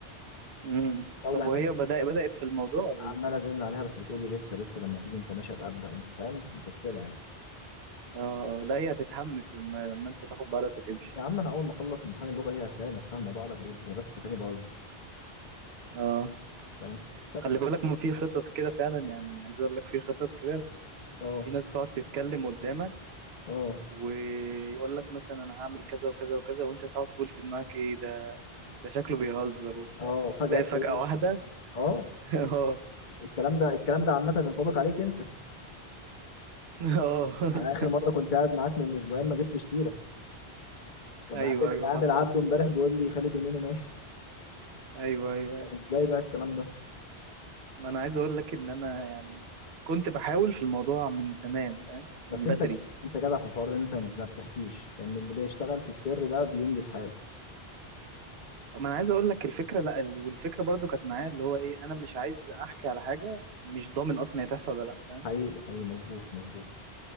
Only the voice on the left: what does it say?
الدوله
هناك
عمال
ازن عليها بس بتقولي لسه لسه لما تيجي انت ماشي ابقى ابدا فاهم مكسله يعني
يا عم انا اول ما اخلص امتحان اللغه هي هتلاقي نفسها الموضوع على بجد هي بس فاكراني بهزر
فاهم طب
اه
اه
اه فجاه
تلاقيه
مشي اه
الكلام ده الكلام ده عامه ينطبق عليك انت
انا اخر مره كنت قاعد معاك من اسبوعين ما جبتش سيره كان
مقابل
مقابل
عبده امبارح
بيقول لي خالد يومين وماشي
طب
ازاي بقى الكلام ده
بس
انت انت جدع في الحوار ده انت ما بتحكيش لان اللي بيشتغل في السر ده بينجز حاله
حقيقي حقيقي مظبوط مظبوط